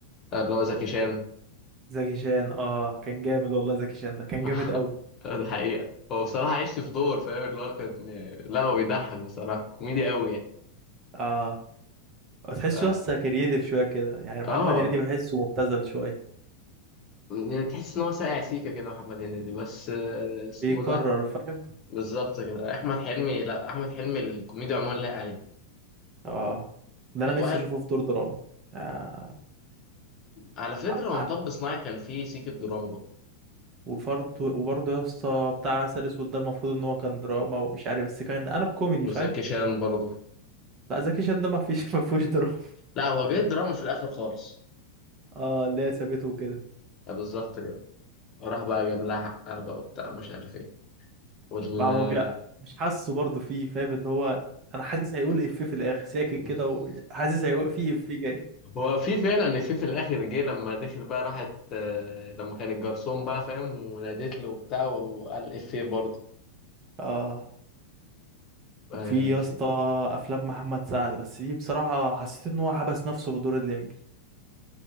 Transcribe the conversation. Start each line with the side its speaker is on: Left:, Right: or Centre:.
Left: آه، اللي هو زكي شان
Right: زكي شان اه كان جامد والله زكي شان ده كان
Left: <laughs>
Right: جامد قوي
Left: ده حقيقه هو بصراحه عشت في دور فاهم اللي هو كان لا هو بيضحك بصراحه كوميدي قوي يعني
Right: اه
Left: ف...
Right: تحسه يسطا كرييتيف شوية كده يعني محمد
Left: اه
Right: هنيدي بحسه مبتذل شوية
Left: يعني تحس ان هو ساقع سيكه كده محمد هنيدي بس آه، اسمه
Right: بيكرر
Left: ده
Right: فاهم
Left: بالظبط كده احمد حلمي لا احمد حلمي الكوميديا عموما لايق عليه
Right: اه ده
Left: آه،
Right: انا نفسي
Left: واحد
Right: اشوفه في دور دراما آه.
Left: على فكره
Right: حق
Left: هو
Right: حق
Left: مطب صناعي كان فيه سيكه دراما برضه
Right: وفرض وبرضه يا اسطى بتاع عسل اسود ده المفروض ان هو كان دراما ومش عارف بس كان قلب كوميدي
Left: وزكي
Right: فاهم
Left: شان برضه
Right: لا زكي شان ده ما فيش <laughs> ما فيهوش دراما
Left: لا هو جه دراما في الاخر خالص
Right: اه اللي هي سابته وكده
Left: آه، بالظبط كده راح بقى جاب لها حقها بقى وبتاع مش عارف ايه ولا
Right: بقى ما بي... مش حاسه برضه فيه فاهم ان هو انا حاسس هيقول افيه في الاخر ساكت
Left: <laughs>
Right: كده وحاسس هيقول فيه افيه جاي
Left: هو في فعلا في في الاخر جه لما دخل بقى راحت آه، لما كان الجرسون بقى فاهم ونادت له وبتاع وقال افيه برضه
Right: اه
Left: آه،
Right: وفي يا
Left: في
Right: اسطى
Left: إيه؟
Right: افلام محمد سعد بس دي بصراحه حسيت ان هو حبس نفسه في دور الليمبي